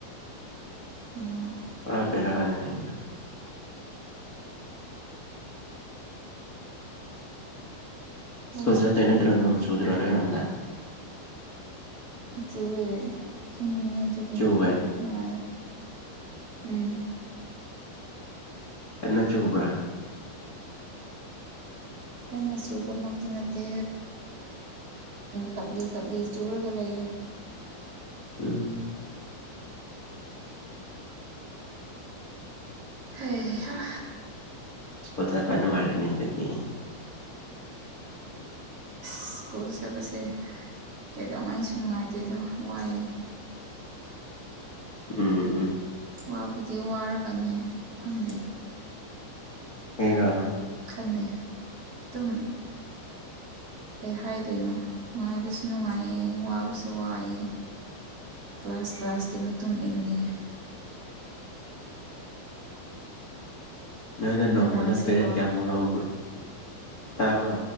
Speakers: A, on the right; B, on the left.
A: ꯑꯥ
B: ꯄꯨꯔꯥ ꯕꯦꯔꯥꯅꯦ ꯑꯩꯗꯣ
A: ꯀꯣꯛ
B: ꯁ꯭ꯀꯨꯜ
A: ꯆꯤꯛꯄ
B: ꯆꯠꯇꯣꯏ ꯅꯠꯇ꯭ꯔꯣ
A: ꯂꯣꯏꯔꯦ
B: ꯅꯣꯡ ꯆꯨꯗ꯭ꯔꯣ ꯅꯣꯏ ꯔꯣꯝꯗ
A: ꯆꯨꯋꯦ ꯏꯪꯉꯦ ꯑꯗꯨꯒꯤ
B: ꯆꯨꯋꯦ
A: ꯅꯨꯡꯉꯥꯏꯌꯦ ꯎꯝ
B: ꯀꯟꯅ ꯆꯨꯕ꯭ꯔꯥ
A: ꯀꯟꯅ ꯆꯨꯕꯃꯛꯇꯤ ꯅꯠꯇꯦ ꯇꯞꯂꯤ ꯇꯞꯂꯤ ꯆꯨꯔꯒ ꯂꯩꯌꯦ
B: ꯎꯝ
A: ꯍꯩꯍꯥ
B: ꯁ꯭ꯀꯨꯜ ꯆꯠꯄ ꯅꯨꯉꯥꯏꯔꯅꯤ ꯑꯗꯨꯗꯤ
A: ꯁ꯭ꯀꯨꯜ ꯆꯠꯄꯁꯦ ꯀꯩꯗꯧꯉꯩꯁꯨ ꯅꯨꯡꯉꯥꯏꯇꯦꯗ ꯋꯥꯏꯌꯦ
B: ꯎꯝ ꯎꯝ
A: ꯋꯥꯕꯨꯗꯤ ꯋꯥꯔꯒꯅꯦ ꯈꯪꯗꯦ
B: ꯑꯩꯔꯣ
A: ꯈꯪꯗꯦ ꯇꯨꯝ ꯀꯩ ꯍꯥꯏꯗꯣꯏꯅꯣ ꯅꯨꯡꯉꯥꯏꯕꯁꯨ ꯅꯨꯡꯉꯥꯏꯌꯦ ꯋꯥꯕꯁꯨ ꯋꯥꯌꯦ ꯀ꯭ꯂꯥꯁ ꯀ꯭ꯂꯥꯁꯀꯤ ꯃꯇꯨꯡ ꯏꯜꯂꯦ
B: ꯅꯣꯏꯅ
A: ꯉꯔꯥꯡꯁꯦꯀꯣ
B: ꯅꯣꯡꯃꯥꯗ ꯄꯦꯔꯠ ꯀꯌꯥꯃꯨꯛ ꯂꯧꯕ꯭ꯔꯣꯇꯥꯕ꯭ꯔꯣ